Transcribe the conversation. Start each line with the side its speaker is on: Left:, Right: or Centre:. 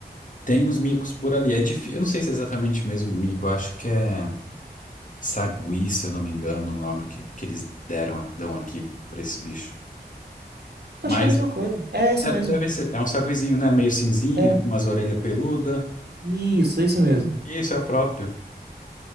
Left: tem uns micos por ali. É difícil. Eu não sei se é exatamente o mesmo mico, eu acho que é. Sagui, se eu não me engano, o nome que, que eles deram, dão aqui pra esse bicho.
Right: Acho
Left: Mas
Right: que é a mesma coisa. É esse
Left: é,
Right: mesmo.
Left: deve ser, é um saguizinho, né? Meio cinzinha,
Right: É.
Left: com umas orelhas peludas.
Right: Isso, isso mesmo.
Left: Isso é o próprio.